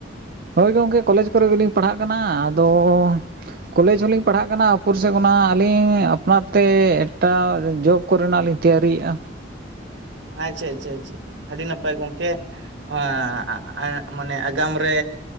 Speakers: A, on the right (about 55°); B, on the right (about 70°).
A: ᱦᱳᱭ ᱜᱚᱝᱠᱮ ᱠᱚᱞᱮᱡᱽ ᱠᱚᱨᱮ ᱜᱮᱞᱤᱧ ᱯᱟᱲᱦᱟᱜ ᱠᱟᱱᱟ ᱟᱫᱚᱻ ᱠᱚᱞᱮᱡᱽ ᱦᱚᱸᱞᱤᱧ ᱯᱟᱲᱦᱟᱜ ᱠᱟᱱᱟ ᱩᱯᱚᱨᱥᱮᱫ ᱠᱷᱚᱱᱟᱜ ᱟᱹᱞᱤᱧ ᱟᱯᱱᱟᱨ ᱛᱮ ᱮᱠᱴᱟ ᱡᱚᱵ ᱠᱚᱨᱮᱱᱟᱜ ᱞᱤᱧ ᱛᱮᱭᱟᱨᱤᱜᱼᱟ᱾
B: ᱟᱪᱪᱷᱟ ᱟᱪᱪᱷᱟ ᱟᱪᱪᱷᱟ ᱪᱷᱟ ᱟᱹᱰᱤ ᱱᱟᱯᱟᱭ ᱜᱚᱝᱠᱮ᱾ <unintelligible> ᱢᱟᱱᱮ ᱟᱜᱟᱢ ᱨᱮ